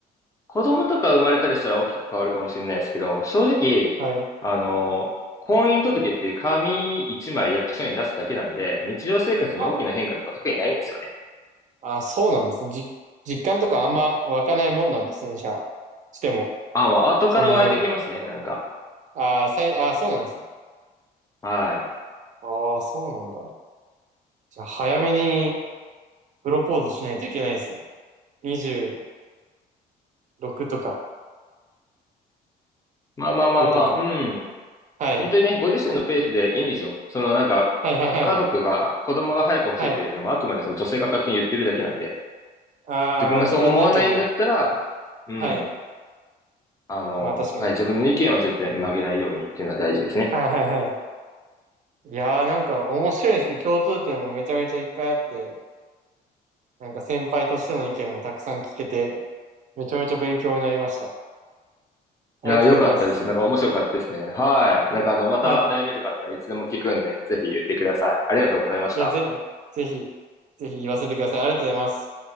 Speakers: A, on the left; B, on the right.
A: 子供とか生まれたりしたら大きく変わるかもしれないですけど、正直、
B: はい。
A: あの、婚姻届っていう紙一枚役所に出すだけなんで、日常生活に大きな変化とか特にないんですよね。
B: あ、あ、そうなんですね。じ、実感とかあんま湧かないもんなんですね、じゃあ。しても、
A: あ、まあ後から湧いてきますね、
B: そんなに。
A: なんか。
B: ああ、さい、ああ、そうなんですね。
A: はい。
B: ああ、そうなんだ。じゃあ、早めにプロポーズしないといけないですね。26とか
A: まあまあまあまあ、
B: 5とか。
A: うん。
B: はい。
A: 本当にね、ご自身のペースでいいんですよ。そのなんか、
B: はい、はい、
A: か家族が、
B: はい。
A: 子供が早く欲しいっていうのもあくまでその女性が勝手に言ってるだけなんで、
B: はい。ああ、
A: 自分がそう思わないんだったら、
B: まあ自分の意見も。
A: うん、
B: はい。
A: あの、
B: まあ確かに。
A: はい、自分の意見は絶対曲げないようにっていうのは大事ですね。
B: はい、はい、はい。いやー、なんか面白いですね。共通点もめちゃめちゃいっぱいあって、なんか先輩としての意見もたくさん聞けて、めちゃめちゃ勉強になりました。ありがとうございます。
A: いや、良かったです。なんか面白かったですね。はい。なんかあの、また悩みとかあったらいつでも聞くんで、
B: はい。
A: ぜひ言ってください。ありがとうございました。
B: いや、ぜ、ぜひ、ぜひ言わせてください。ありがとうございます。